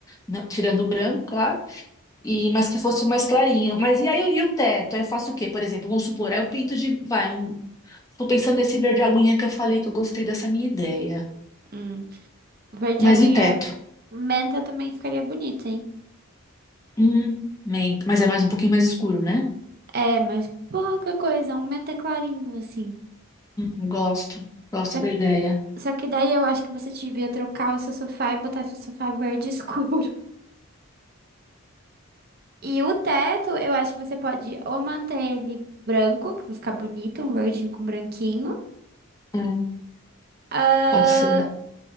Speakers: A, on the left; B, on the right.
A: não- tirando o branco, claro, e mas que fosse mais clarinho. Mas e aí e o teto? Aí eu faço o quê? Por exemplo, vamos supor, aí eu pinto de, vai, um, tô pensando nesse verde aguinha que eu falei que eu gostei dessa minha ideia.
B: Hum. Verde
A: Mas
B: aguinha,
A: e o teto?
B: menta também ficaria bonito, hein?
A: Hum, bem, mas é mais um pouquinho mais escuro, né?
B: É, mas pouca coisa, um menta clarinho assim.
A: Gosto, gosto
B: Só,
A: da ideia.
B: só que daí eu acho que você devia trocar o seu sofá e botar seu sofá verde <laughs> escuro. E o teto, eu acho que você pode ou manter ele branco, que vai ficar bonito, um verdinho com branquinho.
A: Hum,
B: ah,
A: pode ser.